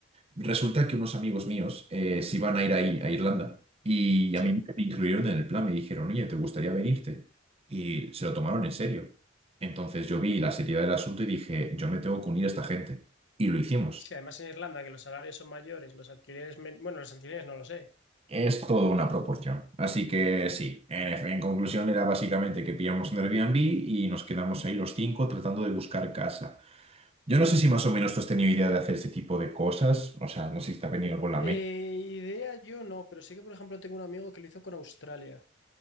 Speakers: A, on the right; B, on the left.
A: Resulta que unos amigos míos eh, se iban a ir ahí, a Irlanda y a
B: Sí,
A: mí me incluyeron en el plan, me dijeron, oye, ¿te gustaría venirte? Y se lo tomaron en serio. Entonces yo vi la seriedad del asunto y dije, yo me tengo que unir a esta gente. Y lo hicimos.
B: sí, además en Irlanda que los salarios son mayores, los alquileres, men- bueno, los alquileres no lo sé.
A: Es toda una proporción. Así que sí, en, en conclusión era básicamente que pillamos un Airbnb y nos quedamos ahí los cinco tratando de buscar casa. Yo no sé si más o menos tú has tenido idea de hacer este tipo de cosas, o sea, no sé si te ha venido algo en la
B: Eh,
A: mente
B: idea yo no, pero sí que por ejemplo tengo un amigo que lo hizo con Australia.